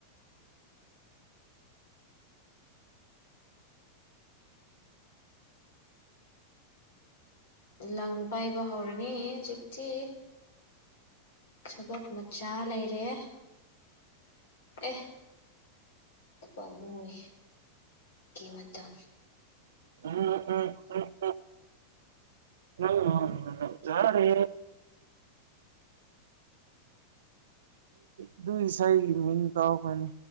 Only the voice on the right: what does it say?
ꯎꯝ ꯎꯝ ꯎꯝ ꯎ ꯌꯥꯔꯦ ꯑꯗꯨꯗꯨꯏ ꯁꯍꯤꯒꯤ ꯃꯤꯅ ꯀꯑꯣ ꯀꯅꯤ